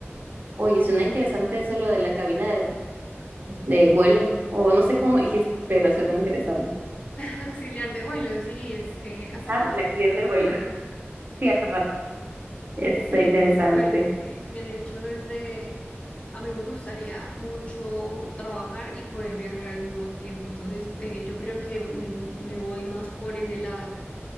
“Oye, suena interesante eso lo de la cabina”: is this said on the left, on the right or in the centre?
Right